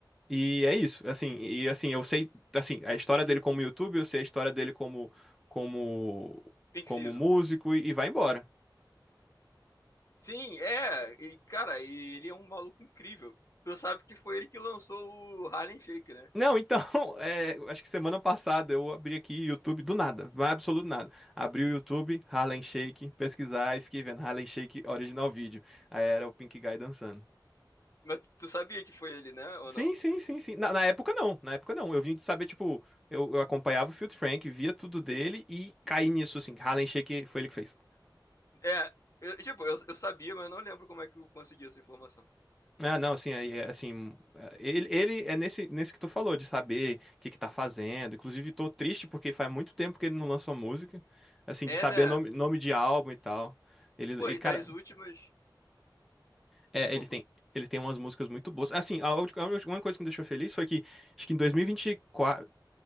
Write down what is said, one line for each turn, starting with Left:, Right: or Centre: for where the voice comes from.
Centre: E é isso, assim, e assim, eu sei, assim, a história dele como YouTube, eu sei a história dele como como
Left: Pink
Centre: como
Left: Season.
Centre: músico e, e vai embora.
Left: Sim, é. E, cara, e ele é um maluco incrível. Tu sabe que foi ele que lançou o Harlem Shake, né?
Centre: Não, então, <laughs> é, acho que semana passada eu abri aqui o YouTube do nada, não é absoluto nada. Abri o YouTube, Harlem Shake, pesquisar e fiquei vendo Harlem Shake original vídeo. Aí era o Pink Guy dançando.
Left: Mas tu sabia que foi ele, né? Ou
Centre: Sim,
Left: não?
Centre: sim, sim, sim. Na, na época não, na época não. Eu vim de saber, tipo, eu, eu acompanhava o Filthy Frank, via tudo dele e caí nisso, assim. Harlem Shake foi ele que fez.
Left: É, eu, tipo, eu, eu sabia, mas eu não lembro como é que eu consegui essa informação.
Centre: Ah, não, assim, é- é, assim, hum, é, ele, ele é nesse, nesse que tu falou, de saber o que que tá fazendo. Inclusive, tô triste porque faz muito tempo que ele não lançou música, assim,
Left: É,
Centre: de saber
Left: né?
Centre: nome, nome de álbum e tal. Ele,
Left: Pô,
Centre: e,
Left: e
Centre: cara,
Left: das últimas.
Centre: é,
Left: Desculpa.
Centre: ele tem, ele tem umas músicas muito boas. Assim, a, ulti- uma coisa que me deixou feliz foi que, acho que em 2024,